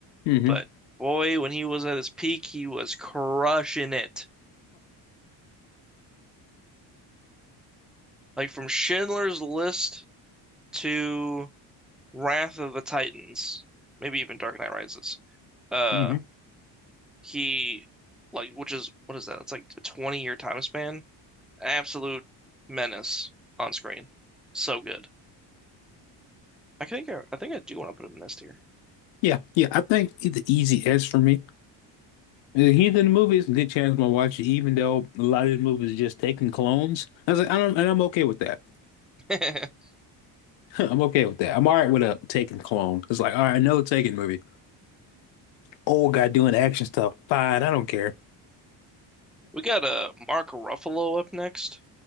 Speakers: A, on the left; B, in the centre.
A: hmm
B: But
A: hmm
B: boy, when he was at his peak, he was crushing it. Like from Schindler's List to Wrath of the Titans, maybe even Dark Knight Rises. Uh
A: <laughs>
B: He like which is what is that? It's like a 20 year time span. Absolute menace on screen. So good. I think I, I think I do want to put him in this tier.
A: Yeah, yeah. I think the easy S for me. The Heathen movies, good chance I'm gonna watch it, even though a lot of the movies just taking clones. I was like, I don't, and I'm okay with that.
B: <laughs>
A: <laughs> I'm okay with that. I'm all right with a taking clone. It's like, all right, another taking movie. Old guy doing action stuff. Fine, I don't care.
B: We got uh Mark Ruffalo up next,